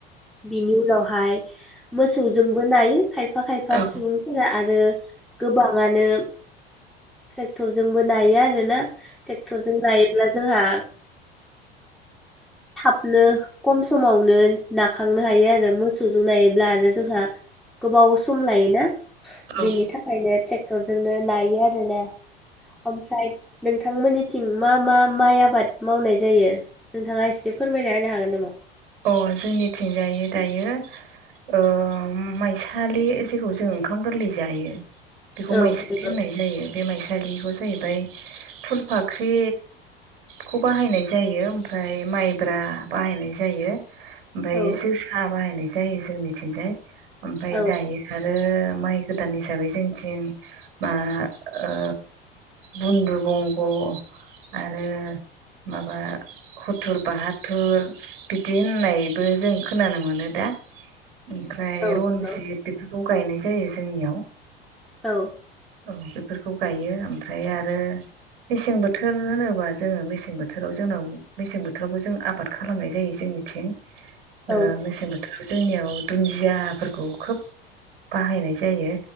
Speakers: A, in the centre; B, on the right.
A: बिनि उनावहाय मोसौजोंबो नायो खायफा खायफा
B: औ
A: सुबुंफोरा आरो गोबाङानो ट्रेक्टरजोंबो नायो आरो ना ट्रेक्टरजों नायोब्ला जोंहा थाबनो खम समावनो नाखांनो हायो आरो मोसौजों नायोब्ला आरो जोंहा गोबाव सम लायोना
B: अ
A: बिनि थाखायनो ट्रेक्टरजोंनो नायो आरो ना ओमफ्राय नोंथांमोननिथिं मा मा माइ आबाद मावनाय जायो नोंथाङा एस से फोरमायना होनो हागोन नामा
B: अ जोंनिथिंजायो दायो ओ माइसालि जेखौ जों ओंखाम गोरलै जायो बेखौ
A: औ
B: माइसालि
A: नंगौ
B: होननाय जायो बे माइसालिखौ जाहैबाय फुलफाख्रि खौ बाहायनाय जायो ओमफ्राय माइब्रा बाहायनाय जायो जायो ओमफ्राय
A: औ
B: जोसा बाहायनाय जायो जों मिथिंजाय ओमफ्राय
A: औ
B: दायो आरो माइ गोदान हिसाबै जोंथिं मा ओ बुनदु बंग' आरो माबा हथुर बाहाथुर बिदि होननायबो जों खोनानो मोनो दा ओमफ्राय
A: औ
B: रनजित
A: नंगौ
B: बेफोरखौ गायनाय जायो जोंनियाव
A: औ
B: औ बेफोरखौ गायो ओमफ्राय आरो मेसें बोथोर होनोबा जोङो मेसें बोथोराव जोंनाव मेसें बोथोरावबो जों आबाद खालामनाय जायो जोंनिथिं ओ
A: औ
B: मेसें बो थोराव जोंनियाव दुन्दियाफोरखौ खोब बाहायनाय जायो